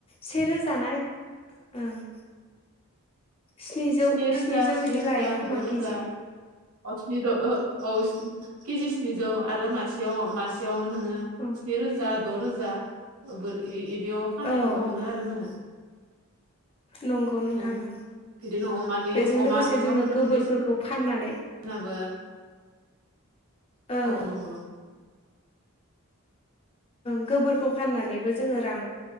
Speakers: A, on the left (about 25°); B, on the right (about 80°).
A: से रोजा ना ओं स्निजौ
B: स्नि रोजा
A: स्निजौ
B: स्नि
A: बिदि
B: रोजा
A: लायो खोमा
B: द' रोजा
A: केजि
B: <unintelligible> केजि स्निजौ आरो मासेयाव मासेयावनो नोङो
A: औ
B: स्नि रोजा द' रोजा बे-बेयाव फाननाय
A: औ
B: नुनो
A: औ
B: मोनो आरो जोङो।
A: नंगौ नोंथां
B: उम
A: ओं
B: बिदिनो अमानि
A: बेजों
B: अमा
A: लोगोसे
B: अमा
A: जोङो
B: बेदरनि
A: गोबोरफोरखौ फाननानै
B: बेसेनाबो
A: ओं
B: औ औ नंगौ
A: गोबोरखौ फाननानैबो जोङो रां